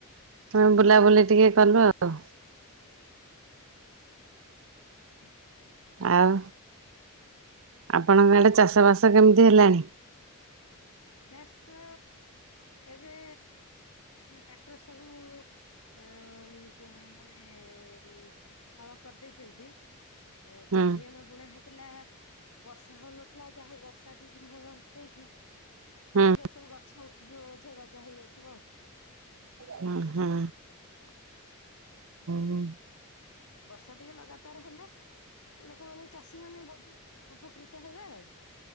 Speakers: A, on the right; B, on the left.
A: ମ ବୁଲାବୁଲି ଟିକେ କଲୁ ଆଉ।
B: ଆଛା <inaudible> ହ <unintelligible>
A: ଆଉ ଆପଣଙ୍କ ଇଆଡ଼େ ଚାଷବାସ କେମିତି ହେଲାଣି?
B: ଚାଷ ଏବେ ଟ୍ରାକ୍ଟର ସବୁ ଅ ମାନେ ହଳ କରିଦେଇଛନ୍ତି। ଏ
A: ହୁଁ
B: ଧିଅ ନ ଲୁଣା ହେଇଥିଲା ବର୍ଷା ହଉନଥିଲା ଯାହା ହଉ ବର୍ଷା ଦି ଦିନ ହବ ହେଇକି
A: ହୁଁ
B: ଏବେ ସବୁ ଗଛ ଉଠିଯିବ ବୋଧେ ଗଜା ହେଇଯାଇଥିବ।
A: ହୁଁ ହୁଁ। ହୁଁ
B: ବର୍ଷା ଟିକେ ଲଗାତାର ହେଲେ ଲୋକମାନେ ଚାଷୀ ମାନେ ବହୁତ ଉପକୃତ ହେବେ ଆଉ।